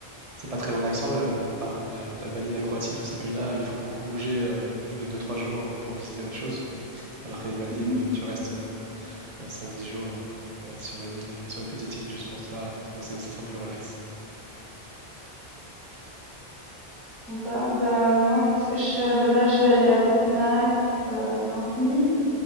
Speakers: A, on the right (about 45°); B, in the centre.
A: c'est pas très relaxant. le- le- enfin, la- l'Albanie, la Croatie, tous ces pays-là, il faut beaucoup bouger euh, tous les deux trois jours euh, pour visiter autre chose. Alors que les Maldives,
B: Mmh
A: euh, tu restes euh, cinq dix jours euh, euh, sur une île, sur une petite île juste pour toi, donc c'est- ça sera plus relax.
B: Sympa. Bah, moi, qu'est-ce que je fais? Bah, là, je vais aller à Copenhague euh, lundi,